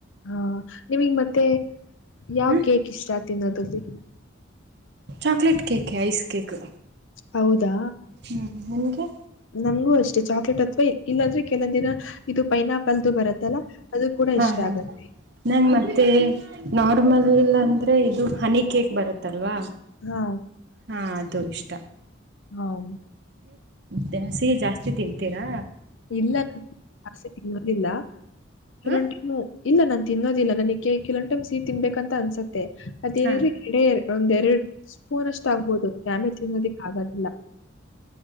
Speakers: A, on the left; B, on the right.
A: ಹಾ ನಿಮಿಗ್ ಮತ್ತೆ ಯಾವ
B: ಹಾಂ
A: ಕೇಕ್ ಇಷ್ಟ ತಿನೋದಲ್ಲಿ
B: ಚಾಕ್ಲೇಟ್ ಕೇಕ್ ಕೇಕು
A: ಹೌದಾ
B: ಹ್ಞೂ ನಿಮಗೆ
A: ನಮಗೂ ಅಷ್ಟೇ ಚಾಕ್ಲೇಟ್ ಅಥವಾ ಇಲ್ಲಾಂದ್ರೆ ಕೆಲವಂದಿನ ಇದು ಪೈನಾಪ್ ಕಲ್ದು ಬರತ್ತಲ್ಲ ಅದು ಕೂಡ
B: ಹಾಂ
A: ಇಷ್ಟ
B: ಹಾಂ
A: ಆಗತ್ತೆ
B: ನಂಗೆ ಮತ್ತು ನಾರ್ಮಲ್ ಅಂದ್ರೆ ಇದು ಹನಿ ಕೇಕ್ ಬರುತ್ತಲ್ವಾ
A: ಹಾ
B: ಹಾ ಅದು ಇಷ್ಟ
A: ಹಾಬ್
B: ದೆ ಸಿಹಿ ಜಾಸ್ತಿ ತಿಂತೀರಾ
A: ಇಲ್ಲಕ್ ಜಾಸ್ತಿ ತಿನ್ನದಿಲ್ಲ ಕೆಲ್ವೊಂದ್
B: ಹಾಂ
A: ಟೈಮು ಇಲ್ಲ ನಾನ್ ತಿನ್ನೋದಿಲ್ಲ ನಮ್ಗ್ ಕೇಕ್ ಕೆಲವೊಂದು ಟೈಮ್ ಸಿಹಿ ತಿನ್ಬೇಕ ಅಂತ ಅನ್ಸತ್ತೆ ಅದೇನಿದ್ರೆ
B: ಹಾಂ
A: ಎರ್ಡೇ ಒಂದೆರಡು ಸ್ಪೂನ್ ಅಷ್ಟ ಆಗ್ಬಹುದು ಡ್ಯಾಮೇಜ್ ತಿನ್ನೋದಿಕ್ಕೆ ಆಗೋದಿಲ್ಲ.